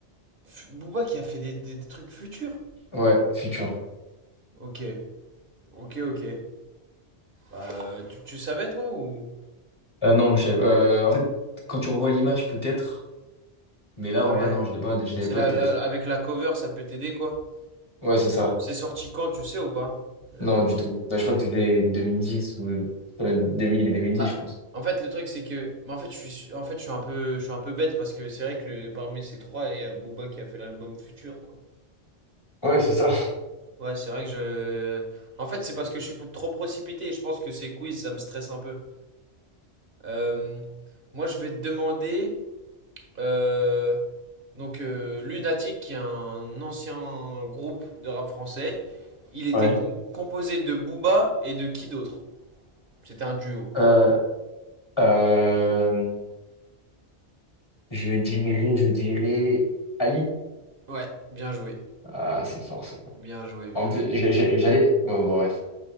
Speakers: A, on the right (about 50°); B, on the left (about 25°).
A: F- Booba qui a fait des, des- des trucs futurs
B: Ouais, futur.
A: Ok, ok, ok. Bah, euh, tu, tu savais toi ou...
B: Euh, non, je savais- euh, en fait, quand tu revois l'image, peut-être, mais là,
A: Ouais.
B: en vrai, non, je l'ai pas, je l'avais
A: C'est
B: pas
A: la,
B: de tête.
A: la- avec la cover, ça peut t'aider quoi.
B: Ouais, c'est ça.
A: C'est sorti quand, tu sais ou pas? La
B: Non,
A: trilogie.
B: du tout. Bah, je crois que c'était 2010 ou euh, 2000 et 2010,
A: Bah,
B: je pense.
A: en fait, le truc c'est que, mais en fait, je suis, su- en fait, je suis un peu, je suis un peu bête parce que c'est vrai que le- parmi ces trois, il y a Booba qui a fait l'album Futur quoi.
B: Ouais, c'est ça.
A: Ouais, c'est vrai que je, en fait, c'est parce que je suis trop précipité et je pense que ces quiz, ça me stresse un peu. Euh, moi, je vais te demander Euh, donc euh, Lunatic, qui est un ancien groupe de rap français, il était
B: Ouais.
A: com- composé de Booba et de qui d'autre? C'était un duo.
B: Euh, euh, Je dirais, je dirais Ali.
A: Ouais, bien joué.
B: Ah, c'est fort, c'est fort.
A: Bien joué, bien
B: En plus,
A: joué.
B: j'ai- j'ai- j'allais. Ouais, bon, bref.